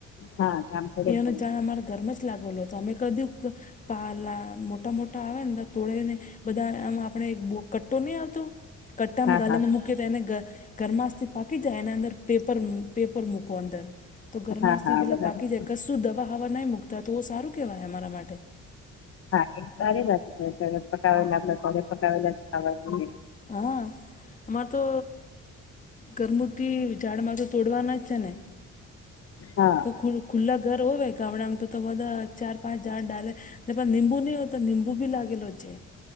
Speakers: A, on the left; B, on the left.
A: હા હા જામ કરે
B: એનું
A: ભાઈ.
B: ઝાડ અમારા ઘરમાં જ લાગેલો હતો અમે ક દ, પાલા મોટા મોટા આવે ને તોળેને, બધા આમ આપેડે કટ્ટો નહી આવતો કટ,
A: હા
B: ફલને
A: હા
B: મૂકી એને ગર ગરમાસ થી પાકી જાય એ અંદર પેપર પેપર મૂકો અંદર, તો ગરમાશથી
A: હા હા
B: પેલાં
A: બરાબર
B: પાકી જાય કશું દવા હવા નહીં મૂકતા તો એ સારું કહેવાય અમારા માટે.
A: હા એરી ત સારી વાત છે અત્યારે પકાવેલા આપ પકાવેલા ખાવા,
B: હા મારે તો, કરરમુતી ઝાડમાં તો તોડવાના જ છે ને.
A: હા
B: તો ખુલ્લા ઘર હોવે ગામડામાં તો તો બધા ચાર પાંચ જાડ ડાલે આપણ નિંબુ નહી હો તો નીબું લાગેલલો છે.